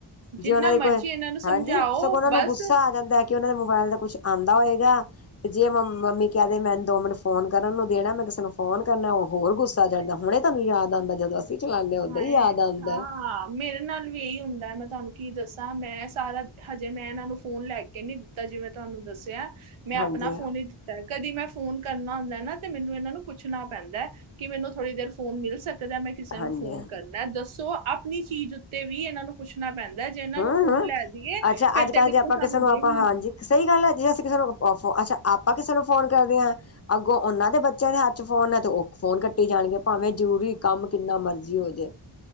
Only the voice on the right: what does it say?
ਜਿੰਨਾ
ਮਰਜ਼ੀ
ਇਹਨਾਂ ਨੂੰ ਸਮਝਾਓ
ਬਸ
ਹੈ
ਹਾਂ ਮੇਰੇ ਨਾਲ ਵੀ ਇਹੀ ਹੁੰਦਾ ਮੈਂ ਤੁਹਾਨੂੰ ਕੀ ਦੱਸਾਂ ਮੈਂ ਸਾਰਾ ਹਜੇ ਮੈਂ ਇਹਨਾਂ ਨੂੰ ਫੋਨ ਲੈ ਕੇ ਨੀ ਦਿੱਤਾ ਜਿਵੇਂ ਤੁਹਾਨੂੰ ਦੱਸਿਆ ਮੈਂ
ਆਪਣਾ ਫੋਨ ਹੀ ਦਿੱਤਾ ਕਦੀ ਮੈਂ ਫੋਨ ਕਰਨਾ ਹੁੰਦਾ ਨਾ ਤੇ ਮੈਨੂੰ ਇਹਨਾਂ ਨੂੰ ਪੁੱਛਣਾ ਪੈਂਦਾ ਹੈ ਕਿ ਮੈਨੂੰ ਥੋੜੀ ਦੇਰ ਫੋਨ ਮਿਲ ਸਕ। ਕਦ ਮੈਂ ਕਿਸੇ
ਨੂੰ ਫੋਨ ਕਰਨਾ ਦੱਸੋ। ਆਪਣੀ ਚੀਜ਼ ਉੱਤੇ ਵੀ ਇਹਨਾਂ ਨੂੰ ਪੁੱਛਣਾ ਪੈਂਦਾ। ਹੈ। ਜੇ ਇਹਨਾਂ
ਨੂੰ ਫੋਨ
ਲੈ ਦਈਏ
ਫਿਰ
ਤੇ ਬਿਲਕੁਲ
ਸਾਨੂੰ
ਦੇਣੀ
ਨਾ